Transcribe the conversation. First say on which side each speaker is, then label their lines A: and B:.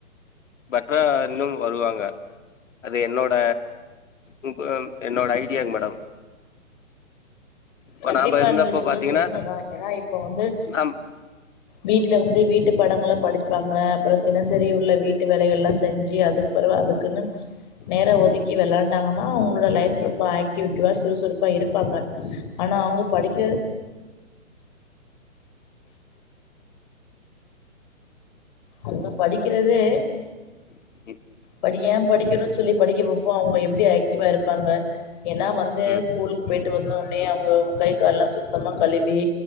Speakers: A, on the left (about 65°); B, on the left (about 35°).
A: பெட்டரா இன்னும் வருவாங்க அது என்னோட ஆ <unintelligible> என்னோட ஐடியாங் மேடம் இப்ப
B: கண்டிப்பா
A: நாம இருந்தப்ப
B: நீங்க சொல்றது
A: பாத்தீங்கன்னா
B: உண்மைதா ஏன்னா இப்ப வந்து
A: நாம்
B: வீட்டுல வந்து வீட்டு படக்கல படிச்சுப்பாங்க அப்புறம் தினசரி உள்ள வீட்டு வேலைகள் எல்லாம் செஞ்சு அதுக்கு பிறவ அதுக்குன்னு நேர ஒதுக்கி வெளாண்டாங்கனா அவங்களோட லைப் ரொம்ப ஆக்டிவிட்டிவா சுறுசுறுப்பா இரு காங்க ஆனா அவங்க படிக்க அங்க படிக்கிறதே
A: ம்
B: படிக்கயே படிக்கணும்னு சொல்லி படிக்கப்போ இப்போ அவங்க எப்டி ஆய்க்ட் கன்டிப்பா இருப்பாங்க ஏன்னா வந்து
A: ம்
B: ஸ்கூலுக்கு போயிட்டு வந்த உடனே அவங்க கை கை கால் எல்லாம் சுத்தமா கழுவி